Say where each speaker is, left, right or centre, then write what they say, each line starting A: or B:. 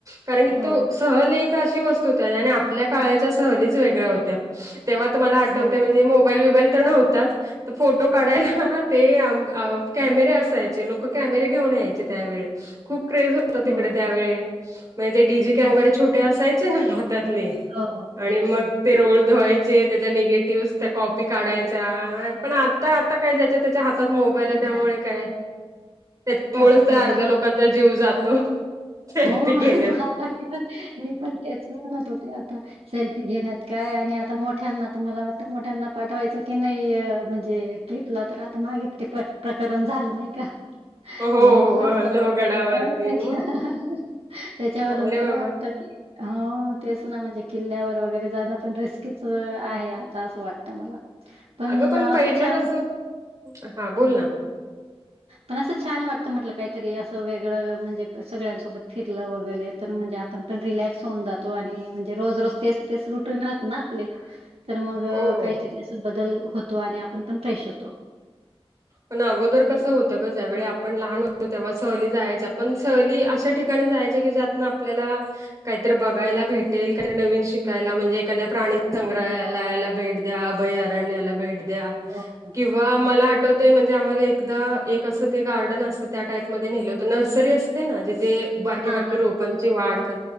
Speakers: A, on the right (about 35°); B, on the right (about 70°).
A: कारण की
B: हो,
A: तो सहल एक त्या अशा वस्तू होत्या आणि आपल्या काळाच्या सहलीच वेगळ्या होत्या तेव्हा तर मला आठवतंय
B: हो.
A: म्हणजे मोक मोबाईल बीबाईल तर नव्हताच. तर फोटो काढायला ते आ आ कॅमेरे असायचे लोक कॅमेरे घेऊन यायचे त्यावेळेस. खूप क्रेज होता तिकडे
B: हो.
A: त्यावेळे म्हन्जे ते डीजी कॅमे
B: अ,
A: वगैरे छोटे असायचे ना हातातले.
B: हो,
A: आणि मग
B: हो.
A: ते रोल धुवायचे त्याच्या निगेटिव्हस त्या कॉपी काढायच्या... पण आता, आता काय ज्याच्या त्याच्या हातात मोबाईल आहे,
B: नाही.
A: त्यामुळे काय. त्याच्यामुळेच
B: आता
A: तर
B: काय
A: आर्ध्या
B: मजा
A: लोकांचा
B: आली.
A: जीव जातो. सेल्फी
B: हो
A: घेण्यात
B: आता मी पण मी पण तेच म्हणत होते आता सेल्फी घेण्यात. काय आणि आता मोठ्यांना तर मला वाटतं मोठ्यांना पाठवायचं की नाहीय म्हणजे ट्रिपला तर आता मागित ते प्र प्रकरण झालं नाही का
A: हो हो
B: लवघडच
A: लोहगडावरती
B: त्याच्या
A: मग
B: हा हा त्याच्यावरूनंतर
A: नाही रे बाबा
B: वाटत की हो.. तेच ना म्हणजे किल्ल्यावर वगैरे जाणं पण रिस्कीच आहे, आता असं वाटतं मला. पण
A: अगं
B: असं
A: पहिलं
B: छान
A: कसं हा बोल
B: हम्
A: ना
B: पण असं छान वाटत म्हटलं काहीतरी असं वेगळं म्हणजे सगळ्यां सोबत फिरलं वगैले तर म्हणजे आपण पण रिलॅक्स होऊन जातो, आणि म्हणजे रोज रोज तेच तेच रुटीन राहत ना आपले. तर मग
A: हो
B: काहीतरी असं बदल होतो, आणि आपण पण फ्रेश होतो.
A: पण अगोदर कसं होतं ग. ज्यावेळी आपण लहान होतो तेव्हा, सहली जायच्या पण सहली आशा ठिकाणी जायच्या की ज्या आपल्याला काहीतरी बघायला भेटेल काही तरी नवीन शिकायला म्हणजे एखाद्या प्राणी संग्रहालयाला भेट द्या. अभयारण्या्ला भेट द्या.
B: हो हो.
A: किंवा मला आठवत ते म्हणजे आम्हले एकदा, एक असं ते गार्डन असतं त्या टाईप मध्ये नेलं होतं. नर्सरी असते ना जिथे... बारके
B: हां.
A: बारके रोपांची वाढ कर...